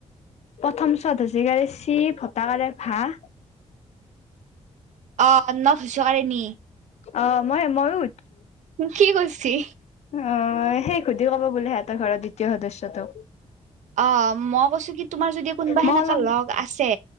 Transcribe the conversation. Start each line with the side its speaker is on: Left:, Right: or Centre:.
Left: প্ৰথম চ ত হচৌকাৰে চি ভট আকাৰে ভাঁ
Right: অ' মানে নত হোচৌকাৰে নি
Left: অ' মই ময়ো
Right: কি কৰছি?
Left: অ', সেই সুধি কব বোলে হেঁতৰ ঘৰৰ দ্বিতীয় সদস্যটো।
Right: অ', মই কৈছো কি তোমাৰ যদি কোনোবা
Left: মই
Right: সেনেকা
Left: অলপ
Right: লগ আছে